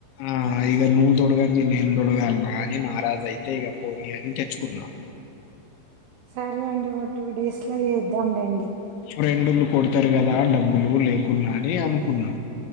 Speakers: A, on the left (about 80°); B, on the right (about 80°).
A: ఆ ఇగ నువ్వు తొడ్గంది నేన్ తొడ్గాల్నా అని నారాజైతే ఇగ పోనీ అని తెచ్చుకున్న <inaudible>
B: సరే అండి ఒ టూ డేస్లా చేద్దాంలేండి
A: ఫ్రేండుళ్ళు కొడ్తరు గదా డబ్బులు లేకున్నా అని అనుకున్నా